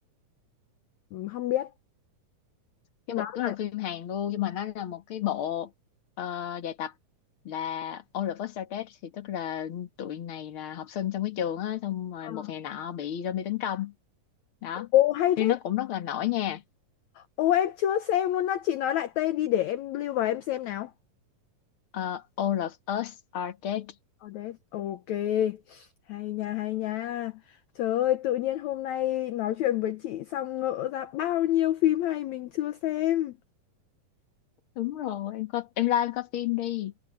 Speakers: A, on the left; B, on the left.
A: không biết
B: cái
A: nói
B: bộ cái
A: là
B: là phim Hàn luôn nhưng mà nó là một cái bộ ờ, dài tập là All of Us Are Dead thì tức là tụi này là học sinh trong cái trường á xong rồi
A: ờ,
B: một ngày nọ bị zombie tấn công đó
A: ô hay thế
B: phim nó cũng rất là nổi nha
A: ô em chưa xem luôn á chị nói lại tên đi để em lưu vào em xem nào
B: Ờ, All of Us Are Dead
A: Odess, ok. Hay nha, hay nha. Trời ơi, tự nhiên hôm nay nói chuyện với chị xong ngỡ ra bao nhiêu phim hay mình chưa xem.
B: đúng rồi em coi em like em coi phim đi